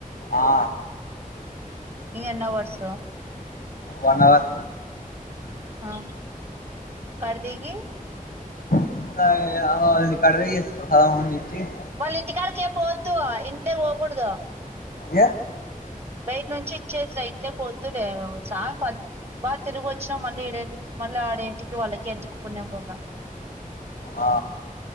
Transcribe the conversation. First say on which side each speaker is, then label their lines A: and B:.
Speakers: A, on the left; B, on the right.
A: ఆ
B: ఇంగ ఎన్ని హౌర్స్ ఒ
A: వన్ అవర్
B: ఆ గర్థిగి
A: <unintelligible>
B: వళ్ళ ఇంటికడికేం పోఓద్దు ఏంటనే పోకూడదు
A: ఏ
B: బయట నుంచి ఇచ్చేస్ రా ఇంట్లకి వొద్దులే సామ్ బాగా తిరుగు వచ్చినా మళ్ళీ ఈడ ఎందుకు మళ్ళ ఆడే ఇంటికి వాళ్ళకి ఎందుకు పుణ్యం పోల
A: ఆ